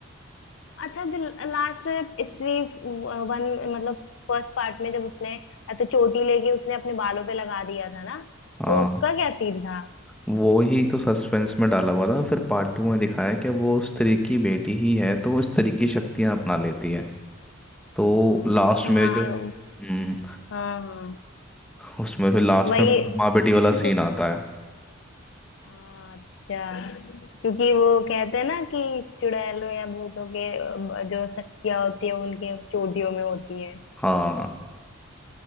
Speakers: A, on the left; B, in the centre.
A: अच्छा जो लास्ट में इसी वन मतलब फर्स्ट पार्ट में जब उसने ऐसे चोटी लेके उसने अपने बालों पे लगा दिया था ना
B: हाँ
A: तो उसका क्या सीन था
B: वो ही तो सस्पेंस में डाला हुआ था फिर पार्ट टू में दिखाया कि वो स्त्री की बेटी ही है तो वो स्त्री की शक्तियाँ अपना लेती है तो
A: हाँ
B: लास्ट
A: अच्छा
B: में
A: हाँ
B: जो हम्म
A: हाँ हाँ
B: उसमें फिर लास्ट
A: वही
B: में माँ बेटी वाला
A: <laughs>
B: सीन आता है
A: हाँ, अच्छा क्योंकि वो कहते हैं ना कि चुड़ैलों या भूतों के अ, जो शक्तियां होती है उनके चोटियों में होती है
B: हाँ